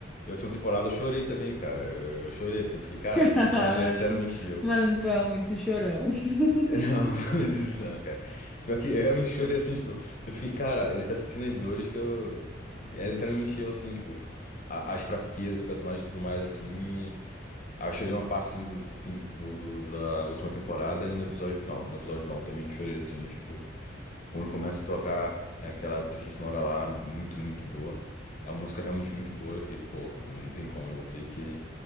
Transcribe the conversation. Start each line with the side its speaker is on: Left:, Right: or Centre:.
Left: E a última temporada eu chorei também, cara. Eu, eu chorei assim, eu fiquei, caraca,
Centre: <laughs>
Left: esse personagem é literalmente eu.
Centre: Mas tu é muito chorão. <laughs>
Left: Não, <laughs> não disse isso não, cara. Pior que eu realmente chorei assim, tipo, eu fiquei, cara, ele tá sentindo as dores que eu. Ele tá me encheu assim, tipo, a- as fraquezas, dos personagens e tudo mais, assim. Aí eu chorei uma parte assim do, do, fim- do, do- da última temporada e no episódio final. No episódio final também eu chorei assim, tipo, quando começa a tocar aquela trilha sonora lá, muito, muito boa. É uma música realmente muito boa. Eu fiquei, pô, não tem como, vou ter que,